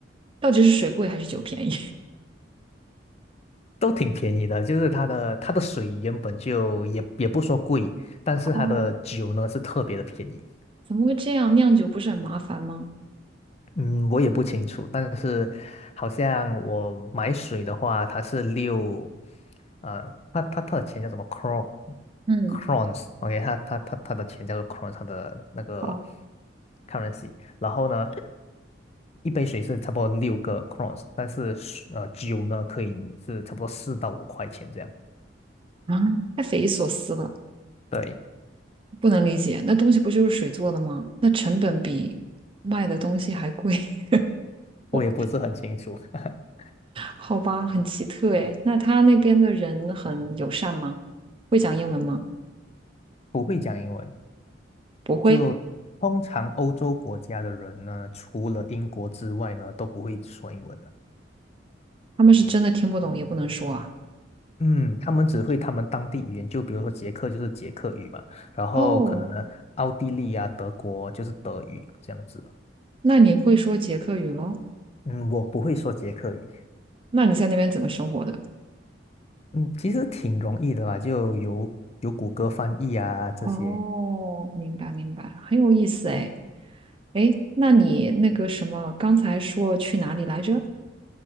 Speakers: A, on the right (about 30°); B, on the left (about 35°).
A: 到底是水贵还是酒便宜？
B: 都挺便宜的，就是它的它的水原本就也也不说贵，但是它的酒呢是特别的便宜。
A: <laughs> 哦，怎么会这样？酿酒不是很麻烦吗？
B: 嗯，我也不清楚，但是好像我买水的话，它是六，呃，它它它的钱叫什么 c r o
A: 嗯。
B: crons，OK，它它它它的钱叫做 crons，它的那个
A: 好。
B: currency。然后呢，一杯水是差不多六个 crons，但是呃酒呢可以是差不多四到五块钱这样。
A: 啊，太匪夷所思了，
B: 对，
A: 不能理解。那东西不就是水做的吗？那成本比卖的东西还贵，<laughs>
B: 我也不是很清楚，
A: 我
B: <laughs>
A: 好吧，很奇特诶。那他那边的人很友善吗？会讲英文吗？
B: 不会讲英文。
A: 不会，
B: 就通常欧洲国家的人呢，除了英国之外呢，都不会说英文的。
A: 他们是真的听不懂，也不能说啊。
B: 嗯，他们只会他们当地语言，就比如说捷克就是捷克语嘛，然后可能奥地利啊、
A: 哦，
B: 德国就是德语这样子的。
A: 那你会说捷克语咯？
B: 嗯，我不会说捷克语。
A: 那你在那边怎么生活的？
B: 嗯，其实挺容易的啦，就有有谷歌翻译啊这些。
A: 哦，明白明白，很有意思诶。
B: 嗯，
A: 诶，那你那个什么，刚才说去哪里来着？